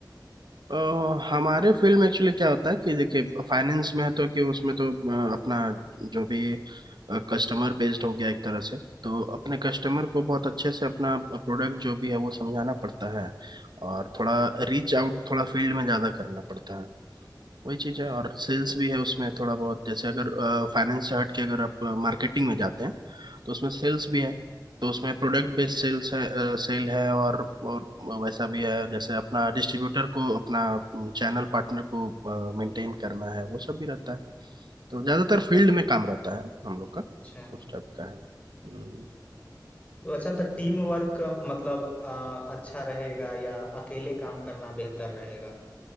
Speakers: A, on the right; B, on the left.
A: अ, हमारे फील्ड में एक्चुअली क्या होता है कि देखिए फाइनेंस में है तो कि उसमें तो अ, अपना जो भी कस्टमर बेस्ड हो गया एक तरह से तो अपने कस्टमर को बहुत अच्छे से अपना प्रोडक्ट जो भी है वो समझाना पड़ता है और थोड़ा रीच आउट थोड़ा फील्ड में ज़्यादा करना पड़ता है वही चीज़ है और सेल्स भी है उसमें थोड़ा बहुत जैसे अगर फाइनेंस से हट के अगर आप मार्केटिंग में जाते हैं तो उसमें सेल्स भी है तो उसमें प्रोडक्ट बेस्ड सेल्स है सेल है और और वैसा भी है जैसे अपना डिस्ट्रीब्यूटर को अपना चैनल पार्टनर को मेंटेन करना है वो सब भी रहता है तो ज़्यादातर फील्ड में काम रहता है हम लोग का
B: अच्छा
A: उस टाइप का है हम्म,
B: तो अच्छा तो टीम वर्क मतलब आ, अच्छा रहेगा या अकेले काम करना बेहतर रहेगा